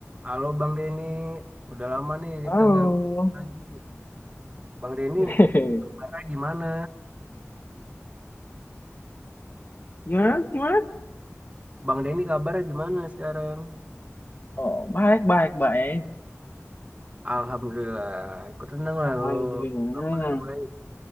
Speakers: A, on the right; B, on the left.
A: Halo Bang Denny, udah lama nih
B: Halo.
A: kita nggak ngobrol lagi. Bang Denny,
B: <laughs>
A: kabarnya gimana?
B: Gimana? Gimana?
A: Bang Denny kabarnya gimana sekarang?
B: Oh, baik, baik, baik.
A: Alhamdulillah, ikut tenang lah
B: Alhamdulillah.
A: kalau kabarnya baik.